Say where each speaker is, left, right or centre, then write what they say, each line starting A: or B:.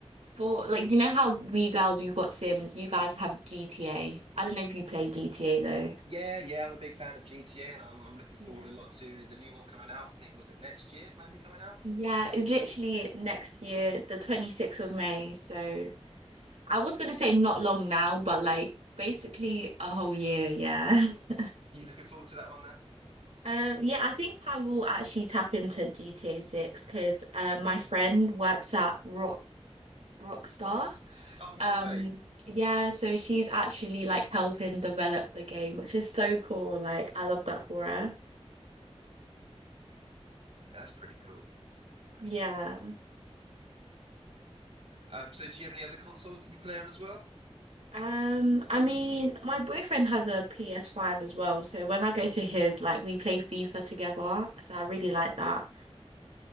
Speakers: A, on the right; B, on the right.
A: for like you know how we girls we've got Sims, you guys have GTA. I don't know if you play GTA though.
B: yeah, yeah. I'm a big fan of GTA, and I'm I'm looking
A: Yeah.
B: forward a lot to the new one coming out. I think was it next year's maybe coming out.
A: Yeah, it's literally next year, the 26th of May. So I was gonna say not long now, but like basically a whole year, yeah. <laughs>
B: You looking forward to that one
A: Um, yeah, I think I will actually tap into GTA 6 because um, my friend works at Rock Rockstar.
B: Oh,
A: Um,
B: no way.
A: yeah, so she's actually like helping develop the game, which is so cool. Like, I love that for her.
B: Yeah, that's pretty cool. That's
A: Yeah.
B: pretty cool. Um, so do you have any other consoles that you play on as well?
A: Um, I mean, my boyfriend has a PS5 as well, so when I go to his, like, we play FIFA together. So I really like that.